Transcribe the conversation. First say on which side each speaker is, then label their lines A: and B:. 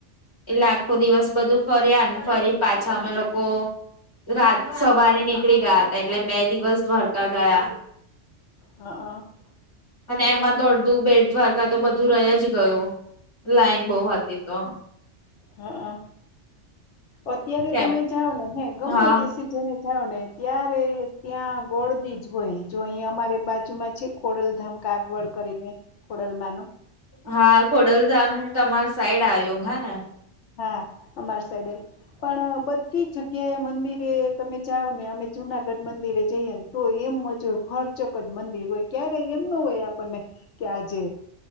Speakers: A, on the left; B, on the left.
A: એટલે આખો દિવસ બધું ફર્યા ફરી પાછા અમે લોકો રાત સવારે નીકળી ગયા હતા એટલે બે દિવસ દ્વારકા ગયા
B: હા હ
A: અને એમાં તો અડધું બેડ દ્વારકા તો બધું રહી જ ગયું લાઈન બહ હતી તો
B: હા અત્યારે
A: કેમ
B: તમે જાઓ ને હે ગમે
A: હા
B: તે ને જાાવ ને ત્યારે ત્યાં ગોળદી જ હોય જો અહીં અમારે બાજુમાં છે ખોડલધામ કાગવડ કરીને ખોડલમાંનું
A: હા ખોડલધામ તમાર સાઈડ આવ્યો હા ને
B: હા અમારસ દે પણ બધી જગ્યાએ મંદિરે તમે જાઓ ને અમે જુનાગઢ મંદિરે જઈએ તો એમ જ હોય ફરચક જ મંદિર હોય ક્યારેય એમ ન હોય આપણને કે આજે